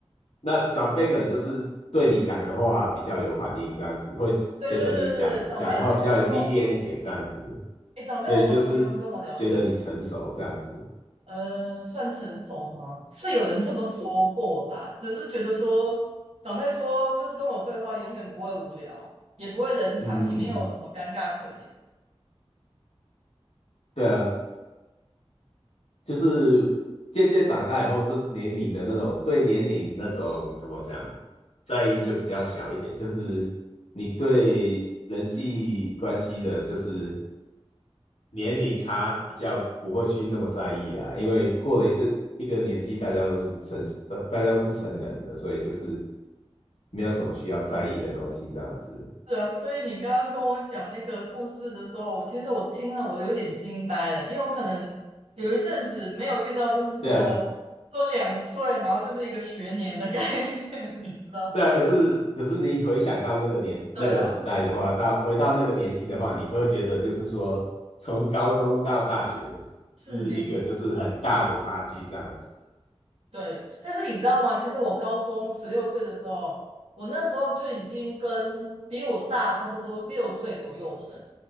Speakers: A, on the left (about 80°); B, on the right (about 75°).
A: 那长辈可能就是对你讲的话比较有反应，
B: <laughs> 就
A: 这样子会觉得你讲讲的话比较历练一点，
B: 对对对对，长辈很喜欢跟我聊天呢、
A: 这样子，
B: 欸哎，长辈好喜欢跟我聊天哦。
A: 所以就是觉得你成熟这样子。
B: 呃，算成熟吗？是有人这么说过啦，只是觉得说长辈说，就是跟我对话永远不会无聊，也不会冷场，
A: 嗯嗯嗯，
B: 也没有什么尴尬可言。
A: 对啊，就是渐渐长大以后，就是年龄的那种对年龄那种怎么讲在意就比较小一点，就是你对人际关系的，就是年龄差比较不会去那么在意啊，因为过了一个一个年纪，大家都是成大大家都是成人了，所以就是没有什么需要在意的东西这样子。
B: 是啊，所以你刚刚跟我讲那个故事的时候，其实我听了我有点惊呆了，因为我可能有一阵子没有遇到，就是说说两岁，
A: 对啊，
B: 然后就是一个学年的概念，<laughs> 你知道吗
A: 对啊，可是可是你回想到那个年那个时代的话，
B: 对啦，对啦，
A: 到回到那个年纪的话，
B: 是
A: 你就会觉得就是说，从高中到大学是一个就是很大的差距这样子。
B: 是没错。对，但是你知道吗？其实我高中十六岁的时候，我那时候就已经跟比我大差不多六岁左右的人，